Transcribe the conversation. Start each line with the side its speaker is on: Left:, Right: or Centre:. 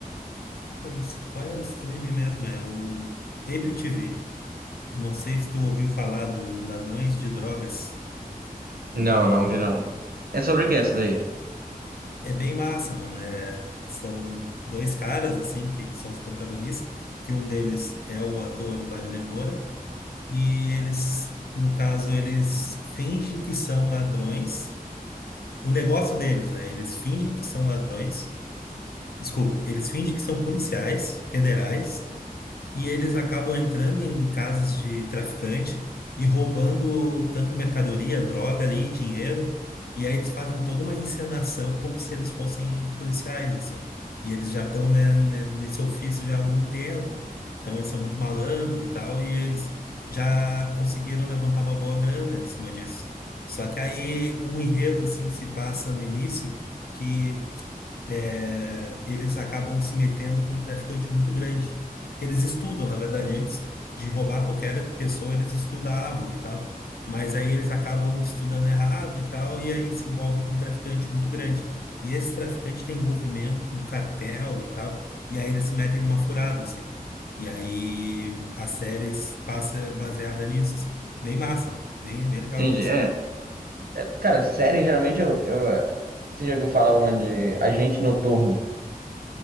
Left: Cara, não sei qual é o stream mesmo, é o Apple TV. Não sei se tu ouviu falar do Ladrões de Drogas.
Right: Não, não vi não. É sobre o que essa daí?
Left: É bem massa, mano. É, são dois caras, assim, que são os protagonistas, que um deles é o ator Wagner Moura, e eles, no caso, eles fingem que são ladrões. O negócio deles, né? Eles fingem que são ladrões. Desculpa, eles fingem que são policiais federais e eles acabam entrando em casas de traficante e roubando tanto mercadoria, droga ali, dinheiro, e aí eles fazem toda uma encenação como se eles fossem policiais, assim. E eles já estão, né, né, nesse ofício já há algum tempo, então eles são muito malandros e tal, e eles já conseguiram levantar uma boa grana em cima disso. Só que aí o enredo, assim, se passa no início que é, eles acabam se metendo com um traficante muito grande, que eles estudam, na verdade, antes de roubar qualquer pessoa, eles estudavam e tal, mas aí eles acabam estudando errado e tal, e aí se envolvem com um traficante muito grande. E esse traficante tem envolvimento com cartel e tal, e aí eles se metem numa furada, assim. E aí a série passa baseada nisso, assim. Bem massa, mano. Bem, bem legal
Right: Entendi.
Left: mesmo.
Right: É. É, Cara, série, geralmente eu, eu. eh, Você já ouviu falar uma de Agente Noturno?